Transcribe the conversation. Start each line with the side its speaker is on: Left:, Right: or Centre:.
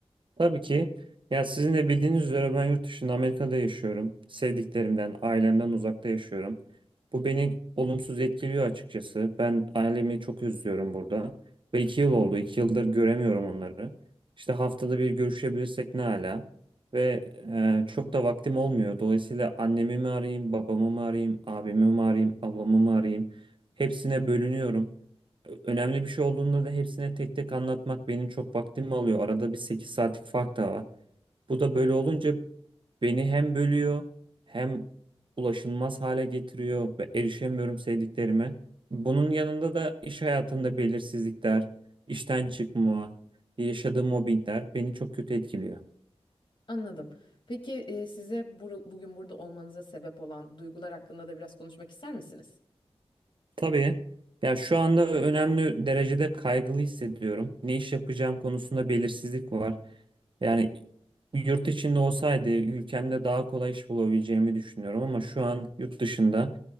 Right: Tabii ki. Ya sizin de bildiğiniz üzere ben yurt dışında Amerika'da yaşıyorum. Sevdiklerimden, ailemden uzakta yaşıyorum. Bu beni olumsuz etkiliyor açıkçası. Ben ailemi çok özlüyorum burada. Ve iki yıl oldu. iki yıldır göremiyorum onları. İşte haftada bir görüşebilirsek ne ala. Ve e, çok da vaktim olmuyor. Dolayısıyla annemi mi arayayım, babamı mı arayayım, abimi mi arayayım, ablamı mı arayayım. Hepsine bölünüyorum önemli bir şey olduğunda da hepsine tek tek anlatmak benim çok vaktimi alıyor. Arada bir 8 saatlik fark da var. Bu da böyle olunca beni hem bölüyor hem ulaşılmaz hale getiriyor ve erişemiyorum sevdiklerime. Bunun yanında da iş hayatında belirsizlikler, işten çıkma, yaşadığım mobbingler beni çok kötü etkiliyor.
Left: Anladım. Peki e, size buru- bugün burada olmanıza sebep olan duygular hakkında da biraz konuşmak ister misiniz?
Right: Tabii. Ya şu anda önemli derecede kaygılı hissediyorum. Ne iş yapacağım konusunda belirsizlik var. Yani yurt içinde olsaydı ülkemde daha kolay iş bulabileceğimi düşünüyorum ama şu an yurt dışında